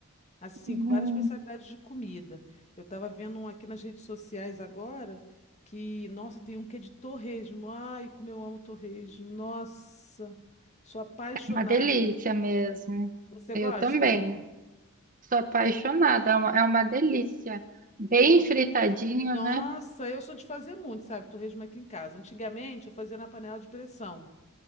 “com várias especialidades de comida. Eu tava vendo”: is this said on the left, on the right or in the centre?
Left